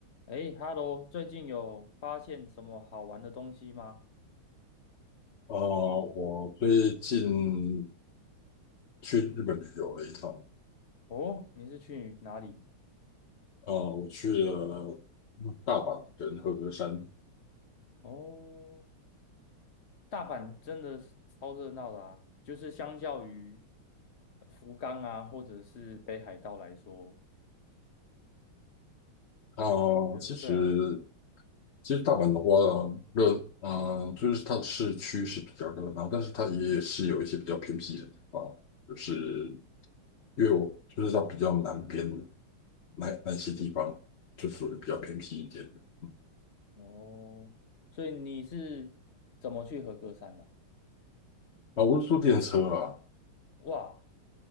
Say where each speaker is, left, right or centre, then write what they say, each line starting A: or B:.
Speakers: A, on the left; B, on the left.
A: 诶，Hello，最近有发现什么好玩的东西吗？
B: 呃，我最近去日本旅游了一趟，
A: 哦，你是去哪里？
B: 呃，我去了大阪跟和歌山。
A: 哦，大阪真的是超热闹的啊，就是相较于福冈啊，或者是北海道来说，
B: 啊，
A: 觉得对啊，
B: 其实其实大阪的话，热，呃，就是它的市区是比较热闹，但是它也是有一些比较偏僻的地方，就是因为我就是它比较南边的，那那些地方，就属于比较偏僻一点的。
A: 嗯，哦，所以你是怎么去和歌山的？
B: 啊，我是坐电车啊，
A: 哇，